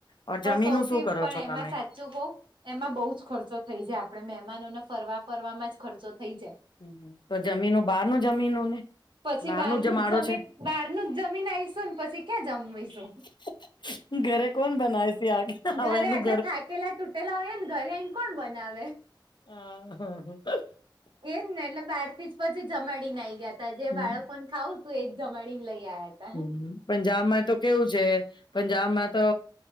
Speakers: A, on the left; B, on the right.
A: ઓર જમીનું
B: પણ સૌથી
A: શું કરો
B: પણ
A: છો તમે
B: એમાં સાચું કઉ એમાં બો જ ખર્ચો થઈ જાય. આપ આપણે મહેમાનોને ફરવા ફરવામાં જ ખર્ચો થઈ જાય.
A: હમમ તો જમીનો બહારનું જમીનનું ને.
B: પછી બહારનું
A: જમાડો
B: જ જમીન
A: છે.
B: બહાર નું જ જમી ને આવીશું ને પછી ક્યાં જમીશું.
A: <inaudible> કોણ બનાવે છે આ
B: ઘરે
A: હવે એનું
B: આટલા થાકેલા તૂટેલા હોઈએ ને ઘરે આઈ ન કોણ બનાવે?
A: <unintelligible>
B: એજ ને એટલે બાર થી જ પછી જમાડીને આઈ ગયા તા જે
A: હમ
B: બાળકોને ખાવું તું એજ જમાડી ને લઈ આયા. તા
A: હમમ પંજાબ માં તો કેવું છે પંજાબમાં તો